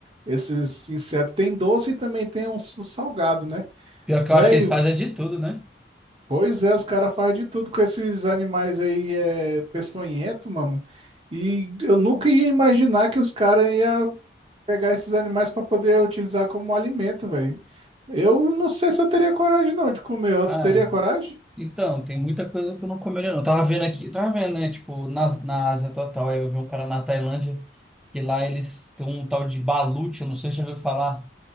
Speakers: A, on the right; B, in the centre.
A: Esses insetos. Tem doce e também tem uns, os salgado, né?
B: Pior que
A: Velho,
B: eu acho que eles fazem é de tudo, né?
A: pois é, os caras fazem de tudo com esses animais aí, é, peçonhento, mano. E eu nunca ia imaginar que os caras iam pegar esses animais para poder utilizar como alimento, velho. Eu não sei se eu teria coragem não de comer. Ó,
B: Ah,
A: Tu teria coragem?
B: Então, tem muita coisa que eu não comeria, não. Eu tava vendo aqui, eu tava vendo, né? Tipo, na, na Ásia total, aí eu vi um cara na Tailândia, que lá eles têm um tal de balut, eu não sei se você já ouviu falar.